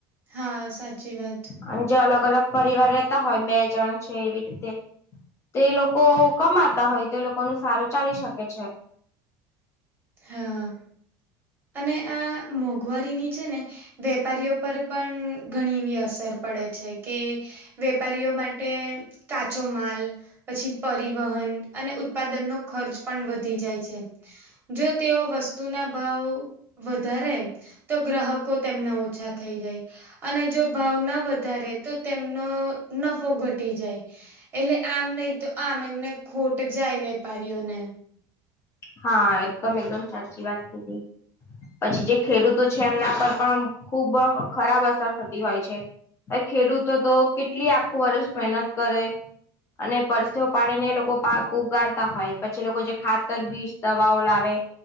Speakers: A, on the right; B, on the left.
A: હા, સાચી વાત.
B: અને જે અલગ અલગ પરિવાર રહેતા હોય બે જણ છે એવી રીતે તો એ લોકો કમાતા હોય તો એ લોકો ન સારું ચાલી શકે છે.
A: હા અને આ મોંઘવારીની છે ને વેપારીઓ પર પણ ઘણી એવી અસર પડે છે કે વેપારીઓ માટે કાચો માલ પછી પરિવહન અને ઉત્પાદનનો ખર્ચ પણ વધી જાય છે. જો તેઓ વસ્તુ ના ભાવ વધારે એમ તો ગ્રાહકો તેમના ઓછા થઈ જાય. અને જો ભાવ ના વધારે તો તેમનો નફો ઘટી જાય. એટલે આમ નહી તો આમ એમને ખોટ જાય વેપારીઓને.
B: હા એકદમ એકદમ સાચી વાત કીધી. પછી જે ખેડૂતો છે એમના પર પણ ખુબ ખરાબ અસર હોય છે. ખેડૂતો તો કેટલી આખું વર્ષ મહેનત કરે. અને પરસેઓ પાડીને એ લોકો પાક ઉગાડતા હોય પછી લોકો જે ખાતર બીજ દવાઓ લાવે,